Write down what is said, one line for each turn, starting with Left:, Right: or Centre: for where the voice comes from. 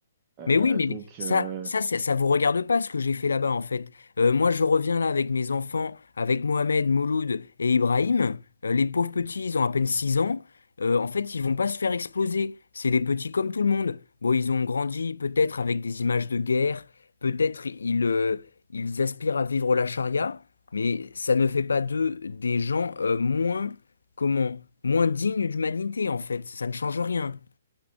Right: Euh,
Left: Mais oui, mais
Right: donc,
Left: mais ça,
Right: euh,
Left: ça, ça, ça vous regarde pas ce que j'ai fait là-bas en fait. Euh, moi, je reviens là avec mes enfants, avec Mohamed, Mouloud et Ibrahim. Euh, les pauvres petits, ils ont à peine 6 ans. Euh, en fait, ils vont pas se faire exploser. C'est des petits comme tout le monde. Bon, ils ont grandi peut-être avec des images de guerre. Peut-être ils, euh, ils aspirent à vivre la charia, mais ça ne fait pas d'eux des gens euh, moins, comment, moins dignes d'humanité en fait. Ça ne change rien.